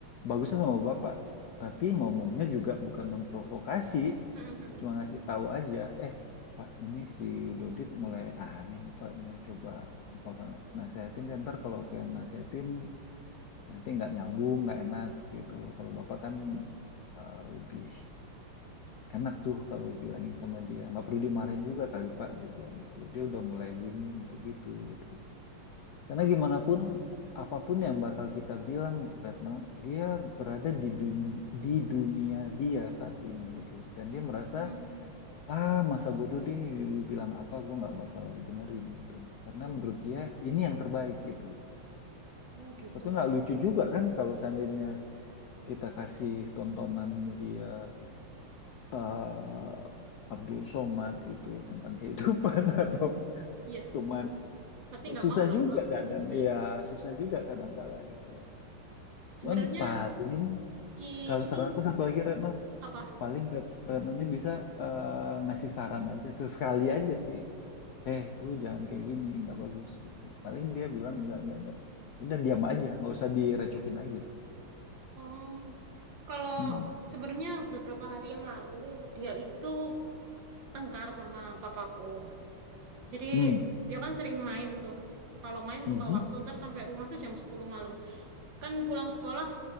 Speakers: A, on the left; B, on the right.
A: Bagusnya sama bapak, tapi ngomongnya juga bukan memprovokasi,
B: Mhm.
A: cuma ngasih tahu aja. Eh, Pak, ini si Dodit mulai aneh nih Pak, belum coba Bapak nasehatin deh. Ntar kalau aku yang nasehatin nanti nggak nyambung, nggak enak gitu loh. Kalau Bapak kan eh, lebih enak tuh kalau bilangin sama dia nggak perlu dimarahin juga kali Pak dia bilang gitu dia udah mulai gini mulai gitu gitu karena gimana pun apapun yang bakal kita bilang Retno dia berada di dunia di dunia dia saat ini gitu loh dan dia merasa
B: Hmm.
A: ah masa bodoh deh lu bilang apa gue nggak bakal dengerin gitu loh karena menurut dia ini yang terbaik gitu loh
B: Oh, gitu.
A: tapi nggak lucu juga kan kalau seandainya kita kasih tontonan dia eh, Abdul Somad gitu loh tentang kehidupan <laughs> atau
B: <laughs> Iya sih.
A: kemana.
B: Pasti nggak
A: Susah
B: mau lah,
A: juga
B: Kak.
A: kadang,
B: Iya.
A: ya susah juga kadang kala gitu.
B: Sebenarnya
A: Cuman paling
B: ini
A: kalau saran aku satu lagi Retno,
B: apa?
A: paling Ret- Retnonya bisa eh, ngasih saran aja sesekali aja sih. Eh, lu jangan kayak gini, nggak bagus gitu. Paling dia bilang nggak nggak nggak. Udah diam aja, nggak usah direcokin lagi.
B: Oh, kalau
A: Hmm.
B: sebenarnya beberapa hari yang lalu dia itu tengkar sama papaku. Jadi
A: Hmm.
B: dia kan sering main tuh. Kalau main
A: Mhm.
B: lupa waktu, ntar sampai rumah tuh jam 10 malam. Kan pulang sekolah